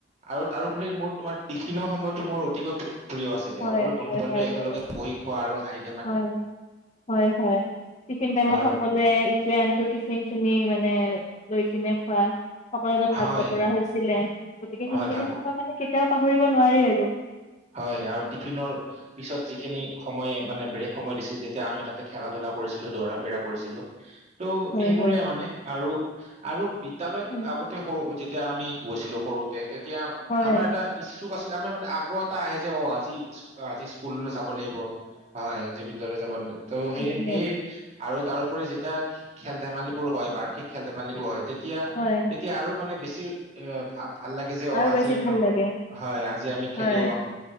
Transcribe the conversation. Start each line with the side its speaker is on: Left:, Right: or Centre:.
Right: আৰু তাৰোপৰি মোৰ তোমাৰ টিফিনৰ সময়তো মোৰ অতিকৈ প্ৰ প্ৰিয় আছিলে
Left: হয়,
Right: সকলো বন্ধু
Left: হয়,
Right: বান্ধৱে
Left: হয়,
Right: একেলগে
Left: মোৰো
Right: বহি খোৱা আৰু শাৰীত
Left: হয় হয় হয় টিফিন টাইমত
Right: আৰু
Left: সকলোৱে <unintelligible> সকলো ভাগ
Right: হয়
Left: বতৰা হৈছিলে গতিকে সেইখিনি
Right: হয় ভাগ ব-
Left: সময় মানে কেতিয়াও পাহৰিব নোৱাৰি আৰু
Right: হয় আৰু টিফিনৰ পিছত যিখিনি সময় মানে ব্ৰেক সময় দিছিল তেতিয়া আমি তাতে খেলা ধূলা কৰিছিলো দৌৰা ফিৰা কৰিছিলো। ত'
Left: হয়,
Right: এইবোৰেই
Left: হয়,
Right: মানে আৰু আৰু বিত বিদ্যালয়ত
Left: উম,
Right: আগতে সৰু যেতিয়া আমি গৈছিলো সৰুতে তেতিয়া
Left: হয়,
Right: আমাৰ এটা ইচ্ছুক আছে। আমাৰ মানে আগ্ৰ আহে যে ক আজি আজি স্কুললৈ যাব লাগিব হয় আজি বিদ্যালয় যাব ত
Left: সেইখিনিয়ে
Right: সেই সেয়ে আৰু তাৰোপৰি যেতিয়া খেল ধেমালিবোৰ হয় বাৰ্ষিক খেল ধেমালিবোৰ হয় তেতিয়া
Left: হয়
Right: তেতিয়া আৰু মানে বেছি এ ভাব ভাল লাগে যে অ
Left: আৰু
Right: আজি
Left: বেছি ভাল লাগে
Right: হয় আজি আমি খেলিও-
Left: হয়।